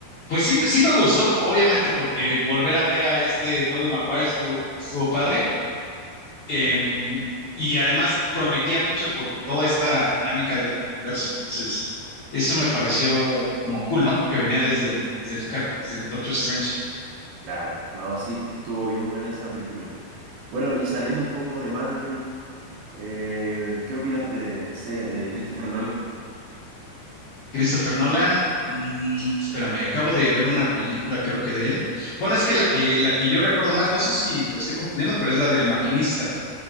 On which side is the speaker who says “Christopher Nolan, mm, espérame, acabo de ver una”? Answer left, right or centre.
Left